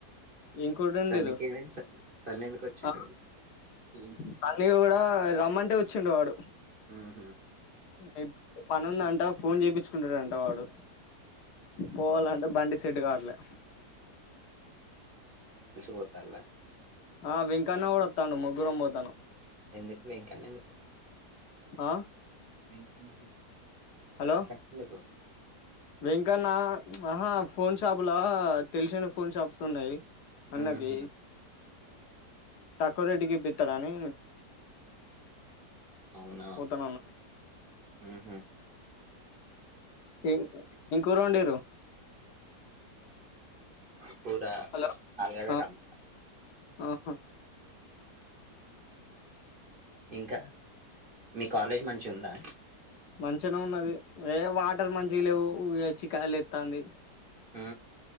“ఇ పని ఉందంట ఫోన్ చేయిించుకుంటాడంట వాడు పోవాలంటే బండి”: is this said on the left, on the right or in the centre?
Left